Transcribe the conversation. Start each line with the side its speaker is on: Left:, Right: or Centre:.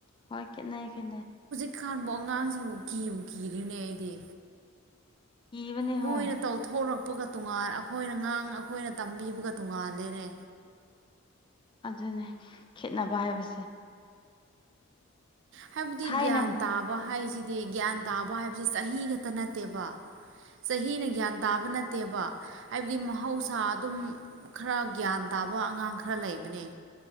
Left: ꯍꯣꯏ ꯀꯦꯟꯅ ꯈ
Right: ꯀ ꯈꯥꯟꯕꯨ ꯑꯉꯥꯡꯁꯤꯕꯨ ꯀꯤꯕꯨ ꯀꯤꯗꯅꯦ ꯑꯩꯗꯤ
Left: ꯀꯤꯕꯅꯦ
Right: ꯃꯣꯏꯅ
Left: ꯍꯣꯏ
Right: ꯇꯧꯊꯣꯔꯛ ꯀꯄꯒ ꯇꯣꯉꯥꯟ ꯑꯩꯈꯣꯏꯅ ꯉꯥꯡꯅ ꯑꯩꯈꯣꯏꯅ ꯇꯝꯕꯤꯕꯒ ꯇꯣꯉꯥꯥꯟꯂꯦꯅꯦ
Left: ꯑꯗꯨꯅꯦ ꯈꯦꯅꯕ ꯍꯥꯏꯕꯁꯦ
Right: ꯍꯥꯏꯕꯗꯤ
Left: ꯊꯥꯏꯅ
Right: ꯒ꯭ꯌꯥꯟ ꯇꯥꯕ ꯍꯥꯏꯁꯤꯗꯤ ꯒ꯭ꯌꯥꯟ ꯇꯥꯕ ꯍꯥꯏꯕꯁꯤ ꯆꯍꯤ ꯈꯛꯇ ꯅꯠꯇꯦꯕ ꯆꯍꯤꯅ ꯒ꯭ꯌꯥꯟ ꯇꯥꯕ ꯅꯦ ꯅꯠꯇꯦꯕ ꯍꯥꯏꯕꯗꯤ ꯃꯍꯧꯁꯥ ꯑꯗꯨꯝ ꯈꯔ ꯒ꯭ꯌꯥꯟ ꯇꯥꯕ ꯑꯉꯥꯡ ꯈꯔ ꯂꯩꯕꯅꯦ